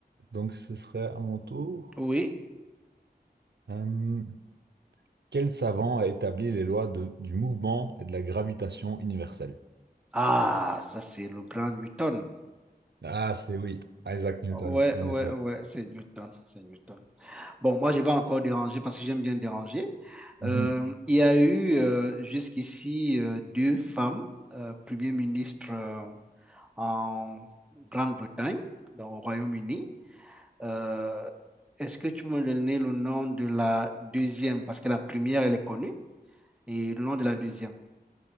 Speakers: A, on the right; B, in the centre.
A: Donc, ce serait à mon tour.
B: oui.
A: Euh, quel savant a établi les lois de- du mouvement et de la gravitation universelle?
B: Ah, ça, c'est le grand Newton.
A: Ah, c'est oui, Isaac Newton,
B: Ouais,
A: en
B: ouais,
A: effet.
B: ouais, c'est Newton, c'est Newton. Bon, moi, je vais encore déranger parce que j'aime bien déranger.
A: Mhm.
B: Euh, il y a eu euh, jusqu'ici euh, deux femmes, euh, premières ministres euh, en Grande-Bretagne, dans au Royaume-Uni. Euh, est-ce que tu peux me donner le nom de la deuxième? Parce que la première, elle est connue. et le nom de la deuxième.